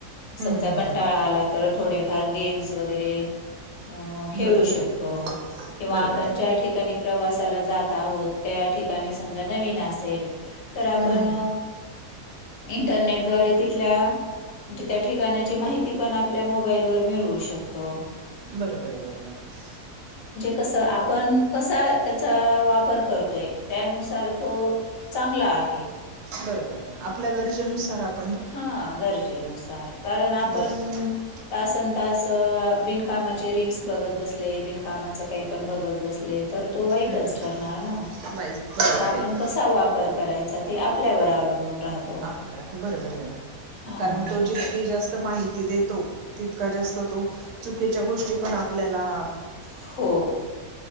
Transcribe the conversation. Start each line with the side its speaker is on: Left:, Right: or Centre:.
Right: हं,
Left: समजा
Right: हं, हं,
Left: कंटाळा
Right: हं.
Left: आला तर थोडेफार गेम्स वगैरे. अ खेळू
Right: बरोबर
Left: शकतो.
Right: आहे
Left: किंवा
Right: बरोबर
Left: आपण
Right: आहे
Left: ज्या ठिकाणी प्रवास ला जात आहोत. त्या ठिकाणी समजा नवीन असेल. तर
Right: हं,
Left: आपण
Right: हं, हं.
Left: इंटरनेटद्वारे तिथल्या म्हणजे त्या ठिकाणाची माहिती पण आपल्या मोबाईलवर मिळवू शकतो.
Right: बरोबर आहे. बरोबर आहे.
Left: कस आपण. कसा त्याचा वापर करतोय. त्यानुसार तो. चांगला आहे.
Right: बरोबर आहे. आपल्या गरजेनुसार आप
Left: हा गरजेनुसार. कारण आपण
Right: बरोबर आहे
Left: तास संन-तासं बिनकामाचे रीलस बघत बसले. बिनकामाचं काही पण बघत बसले तर तो वाईटच
Right: हं, हं, हं.
Left: ठरणार ना.
Right: वाईज बरोबर
Left: त्याचा आपण
Right: आहे
Left: कसा वापर करायचा. ते आपल्यावर अवलंबून राहतो.
Right: आपला बरोबर आहे.
Left: हां.
Right: कारण तो जितकी जास्त माहिती देतो. तितका जास्त चुकीच्या गोष्टी पण आपल्याला.
Left: हो,